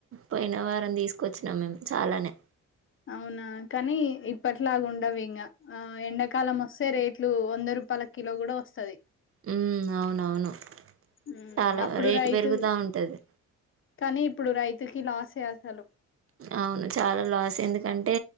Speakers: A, on the right; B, on the left.
A: పోయిన వారం తీసుకొచ్చినాం మేము చాలానే
B: అవునా కానీ ఇప్పట్లాగన్డవు ఇంగ ఆ ఎండాకాలం వస్తే రేట్లు వంద రూపాయల కిలో కూడ వస్తది
A: ఉమ్ అవునవును
B: ఉ
A: చాలా
B: అప్పుడు
A: రేటు
B: రైతు
A: పెరుగుతా ఉంటది
B: కానీ ఇప్పుడు రైతుకి లాస్ చే అసలు
A: అవును చాలా లాస్ ఎందుకంటే